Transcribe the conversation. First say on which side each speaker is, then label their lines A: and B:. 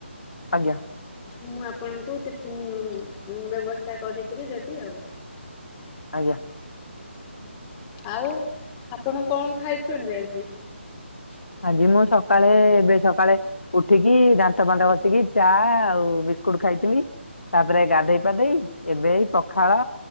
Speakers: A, on the left (about 70°); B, on the left (about 15°).
A: ଆଜ୍ଞା।
B: ମୁଁ ଆପଣଙ୍କୁ ଟିଫିନ୍ ବ୍ୟବସ୍ଥା କରିକିରି ଦେବି ଆଉ।
A: ଆଜ୍ଞା।
B: ଆଉ ଆପଣ କଣ ଖାଇଚନ୍ତି ଆଜି?
A: <inaudible> ଆଜି ମୁଁ ସକାଳେ ଏବେ ସକାଳେ ଉଠିକି ଦାନ୍ତ ଫାନ୍ତ ଘଶିକି ଚା ଆଉ ବିସ୍କୁଟ ଖାଇଥିଲି। ତାପରେ ଗାଧେଇ ପାଧେଇ ଏବେ ଏଇ ପଖାଳ